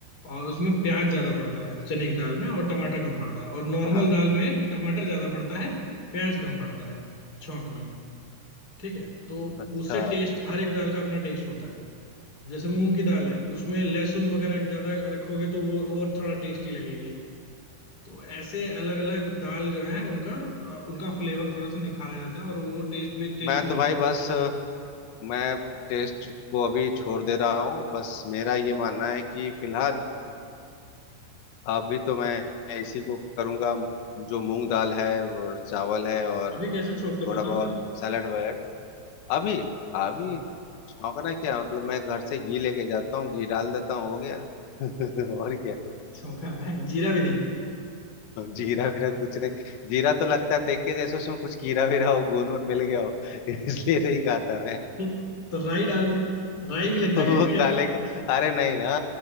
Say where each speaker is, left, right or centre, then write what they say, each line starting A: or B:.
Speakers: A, on the left; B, on the left.
A: और उसमें प्याज ज्यादा पड़ता है चने की दाल में और टमाटर कम पड़ता है और नॉर्मल
B: हाँ
A: दाल
B: हाँ
A: में टमाटर ज्यादा पड़ता है प्याज कम पड़ता है छौंक में ठीक है तो
B: अच्छा
A: उससे टेस्ट हर एक दाल का अपना टेस्ट होता है जैसे मूंग की दाल है उसमें लहसुन वगैरह ज्यादा रखोगे तो वो और थोड़ा टेस्टी लगेगी तो ऐसे अलग अलग दाल जो है उनका अ, उनका फ्लेवर थोड़ा सा निखारा जाता है और वो टेस्ट भी टेस्टी
B: मैं
A: भी
B: तो
A: लगते
B: भाई बस
A: हैं
B: अ, मैं टेस्ट को अभी छोड़ दे रहा हूँ बस मेरा ये मानना है कि फिलहाल अभी तो मैं इसी को करूँगा जो मूंग दाल है और चावल है और
A: अभी कैसे छोंकते हो
B: थोड़ा
A: बताओ
B: बहुत
A: जरा
B: सैलड वैलड अभी अभी
A: हम्म।
B: छौंकना क्या मतलब मैं घर से घी लेके जाता हूँ घी डाल देता हूँ हो गया <laughs> और क्या
A: छोंका है जीरा भी नहीं
B: जीरा वीरा कुछ नहीं जीरा तो लगता है देख के जैसे उसमें कुछ कीड़ा वीरा हो घुन वुन मिल गया हो <laughs> इसलिए नहीं खाता
A: <laughs> तो राई डाल दो राई भी लगता
B: वो
A: है क्या कीड़ा
B: काले का अरे नहीं ना